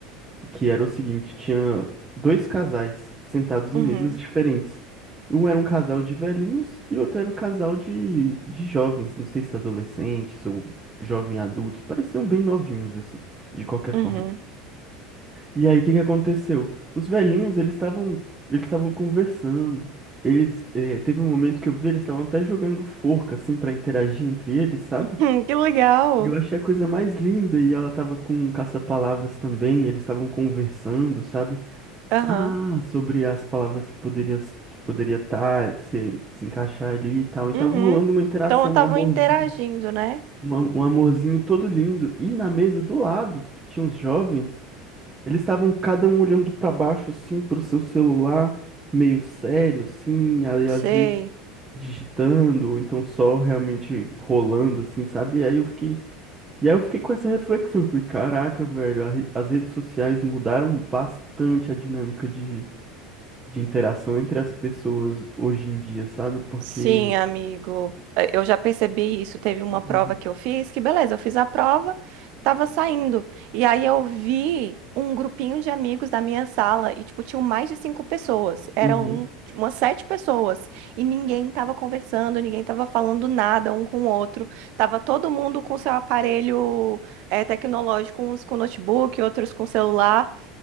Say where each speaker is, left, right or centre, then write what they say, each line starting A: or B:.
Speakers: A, on the right; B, on the right.
A: que era o seguinte, tinha dois casais sentados
B: uhum,
A: em mesas diferentes. Um era um casal de velhinhos e o outro era um casal de, de jovens, não sei se adolescentes ou jovem adultos, pareciam bem novinhos, assim, de qualquer forma.
B: uhum.
A: E aí, o que que aconteceu? Os velhinhos, eles estavam eles estavam conversando. Eles eh, teve um momento que eu vi, eles estavam até jogando forca assim pra interagir entre eles, sabe?
B: Hum, que legal.
A: E eu achei a coisa mais linda e ela tava com um caça-palavras também, eles estavam conversando, sabe?
B: Aham.
A: Ah, sobre as palavras que poderiam que poderia estar se, se encaixar ali e tal. E
B: Uhum.
A: tava rolando uma interação,
B: Então estavam
A: um amorzinho,
B: interagindo, né?
A: um am- um amorzinho todo lindo. E na mesa do lado, que tinha os jovens eles estavam cada um olhando pra baixo, assim, pro seu celular, meio sério, assim, aí
B: Sei.
A: às vezes digitando, ou então só realmente rolando, assim, sabe? E aí eu fiquei, e aí eu fiquei com essa reflexão, eu falei, caraca, velho, a re- as redes sociais mudaram bastante a dinâmica de, de interação entre as pessoas hoje em dia, sabe? Porque
B: Sim, amigo. Eh, Eu já percebi isso. Teve uma
A: Uhum.
B: prova que eu fiz, que beleza, eu fiz a prova, tava saindo. E aí eu vi um grupinho de amigos da minha sala e, tipo, tinham mais de cinco pessoas. Eram
A: Uhum.
B: um, tipo, umas sete pessoas. E ninguém tava conversando, ninguém tava falando nada um com o outro. Tava todo mundo com seu aparelho, eh, tecnológico, uns com notebook, outros com celular.